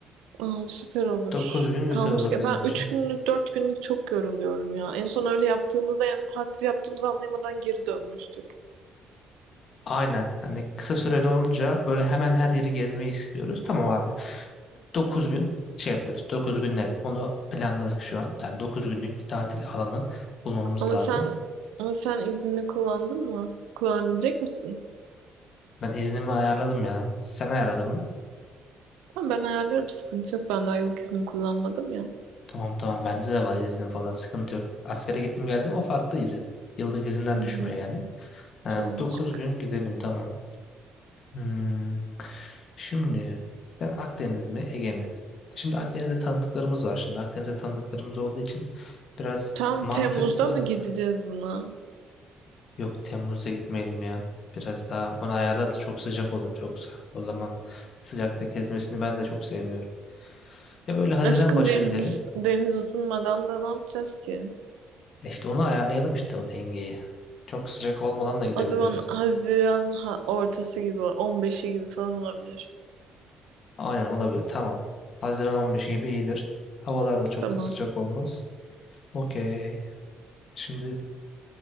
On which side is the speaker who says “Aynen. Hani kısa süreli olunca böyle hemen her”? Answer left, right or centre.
Left